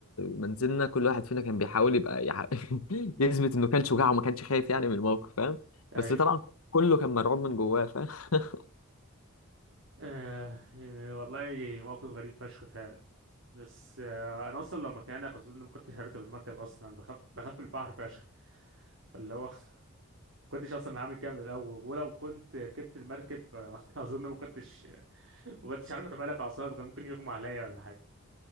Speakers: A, on the left (about 85°); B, on the right (about 60°).
A: ما نزلنا كل واحد فينا كان بيحاول يبقى يح... <laughs> يثبت انه كان شجاع وما كانش خايف يعني من الموقف فاهم
B: اي
A: بس طبعا كله كان مرعوب من جواه فاهم <laughs>
B: آه. والله موقف غريب فشخ فعلا بس آه. انا اصلا لو مكانك اظن ما كنتش هركب المركب اصلا أنا بخاف بخاف من البحر فشخ فاللي هو <laughs> ما كنتش اصلا هعمل كامل الاول ولو كنت ركبت المركب آه، <laughs> اظن ما كنتش ما كنتش عارف اتمالك اعصابي كان ممكن يغمى عليا ولا حاجه